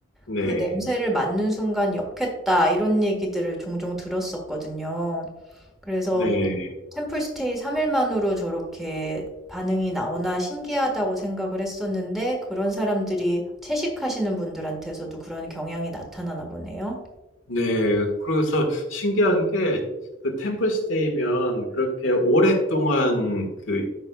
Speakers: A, on the left; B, in the centre.
A: 네,
B: 그 냄새를 맡는 순간 역했다 이런 얘기들을 종종 들었었거든요. 그래서
A: 네,
B: 템플 스테이 3일 만으로 저렇게 반응이 나오나 신기하다고 생각을 했었는데 그런 사람들이 채식하시는 분들한테서도 그런 경향이 나타나나 보네요.
A: 네. 그래서 신기한 게 그 템플스테이면 그렇게 오랫동안 그